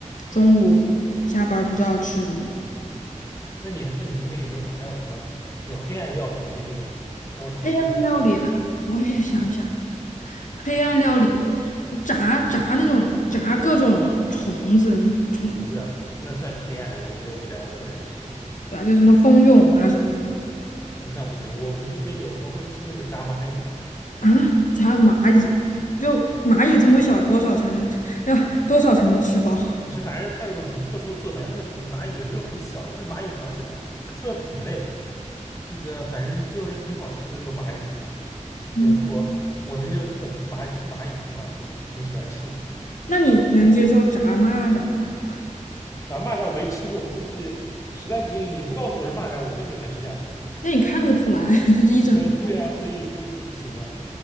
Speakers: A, on the left; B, on the left.
A: 中午下班儿不知道吃什么，
B: 嗯那你那你们那边有没有什么还有什么这种黑暗料理推荐一下，让我尝试一下？
A: 黑暗料理啊，我也想一想，
B: 嗯，
A: 黑暗料理，
B: 有吗？
A: 炸炸那种炸各种虫子，什么虫
B: 虫子啊那算是黑暗的，我接受不了，我不能吃。<laughs>
A: 啊，就什么蜂蛹啊什么的
B: 呃那不行，我们这边有时候会吃那个炸蚂蚁，
A: 啊，炸蚂蚁，就蚂蚁这么小，多少才能吃要多少才能吃饱？
B: 不是，反正它有一种很特殊的做法，那个蚂蚁也没有很小，它的蚂蚁好像是特殊的品类，这个反正就是挺好吃的那个蚂蚁，
A: 嗯，
B: 可能是我我能就这个蚂吃蚂蚁挺好吃的，挺喜欢吃的。
A: 那你能接受炸蚂蚱吗？
B: 反正蚂蚱我没吃过，我估计实在不行你不告诉我是蚂蚱，我估计也能吃下去。<laughs>
A: 那你看得出来，<laughs> 是一整个。
B: 嗯，对啊，所以估计不行了。